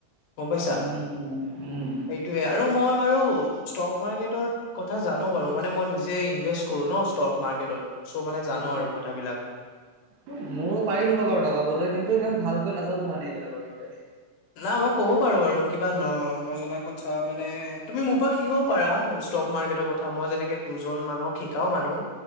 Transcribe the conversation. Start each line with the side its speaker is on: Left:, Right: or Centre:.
Left: গম পাইছা,
Right: উম উম উম।
Left: সেইটোৱে আৰু মই বাৰু ষ্টক মাৰ্কেটৰ কথা জানো বাৰু মানে মই নিজে ইনভেষ্ট কৰো ন ষ্টক মাৰ্কেটত। চ' মানে জানো
Right: উম,
Left: আৰু কথাবিলাক
Right: উম, ময়ো পাৰিলো হয় বাৰু লগাবলৈ কিন্তু ইমান ভাল ভালকৈ নাজানো মানে এইবিলাকৰ বিষয়ে।
Left: না মই ক'ব পাৰো বাৰু কিবা ন নজনা ক আচ্ছা মানে তুমি মোৰ পৰা শিকিব পাৰা ষ্টক মাৰ্কেটৰ কথা, মই যেনেকে দুজন মানুহক শিকাও মানু